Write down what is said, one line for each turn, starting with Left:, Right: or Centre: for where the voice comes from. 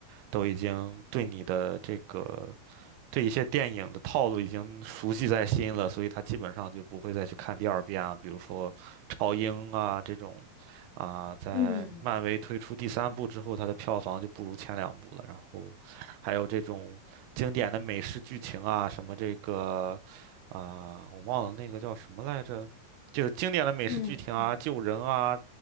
Right: 都已经对你的这个。这一些电影的套路已经熟悉在心了，所以他基本上就不会再去看第二遍啊。比如说超英啊这种，啊，在漫威推出第三部之后，
Left: 嗯
Right: 它的票房就不如前两部了。然后还有这种经典的美式剧情啊，什么这个啊，我忘了那个叫什么来着，就是经典的美式剧情啊，
Left: 嗯嗯
Right: 救人啊，